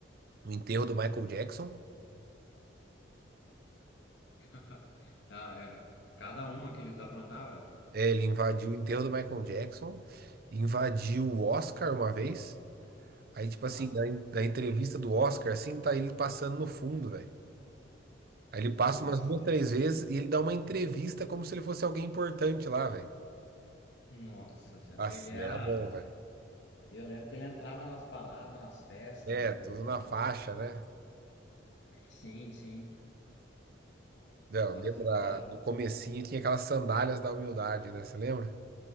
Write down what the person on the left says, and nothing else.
<laughs> Ah, era cada uma que eles aprontavam.
Nossa,
nossa,
nossa. senhora.
Ele era.
Eu lembro que ele entrava nas baladas, nas festas.
é,
e-
Sim, sim.
Nossa,
que da hora.